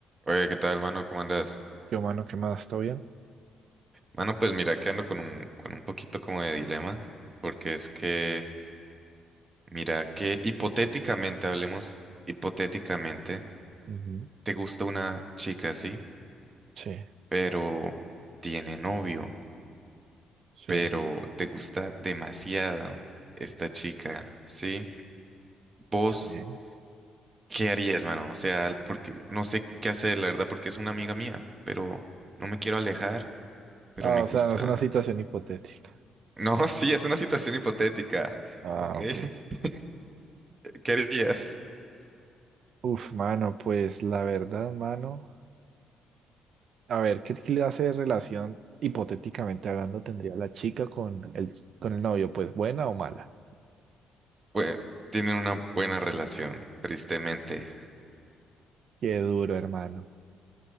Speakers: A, on the right; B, on the right.
A: Oye, ¿qué tal, mano? ¿Cómo andas?
B: Yo, mano, ¿qué más? ¿Todo bien?
A: Mano, pues mira que ando con un, con un poquito como de dilema, porque es que, mira que hipotéticamente, hablemos hipotéticamente,
B: Ujú.
A: te gusta una chica, sí,
B: Sí,
A: pero tiene novio,
B: sí,
A: pero te gusta demasiado esta chica, sí. ¿Vos
B: sí.
A: qué harías, mano? O sea, porque no sé qué hacer, la verdad, porque es una amiga mía, pero no me quiero alejar, pero
B: Ah,
A: me
B: o sea,
A: gusta.
B: no es una situación hipotética.
A: No, sí, es una situación hipotética.
B: Ah,
A: ¿Ok?
B: ok.
A: <laughs> ¿Qué harías?
B: Uf, mano, pues la verdad, mano. A ver, ¿qué clase de relación, hipotéticamente hablando, tendría la chica con el, con el novio? Pues buena o mala.
A: Pues tienen una buena relación, tristemente.
B: Qué duro, hermano.